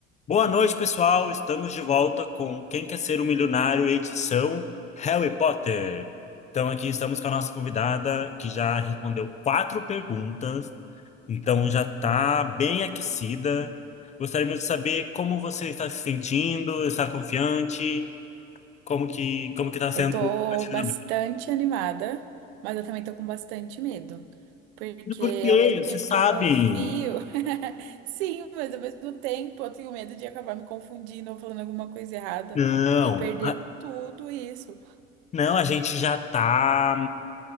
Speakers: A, on the left (about 20°); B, on the right (about 60°).
A: Boa noite, pessoal. Estamos de volta com Quem Quer Ser um Milionário, edição Harry Potter. Então, aqui estamos com a nossa convidada, que já respondeu quatro perguntas, então já está bem aquecida. Gostaríamos de saber como você está se sentindo, está confiante, como que como que está sendo.
B: Eu tô
A: esse
B: bastante
A: momento.
B: animada, mas eu também tô com bastante medo. Porque
A: Por quê?
B: ao mesmo tempo
A: Você sabe?
B: que eu confio, <laughs> sim, mas ao mesmo tempo eu tenho medo de acabar me confundindo ou falando alguma coisa errada
A: Não,
B: e perder tudo isso.
A: não, a gente já está.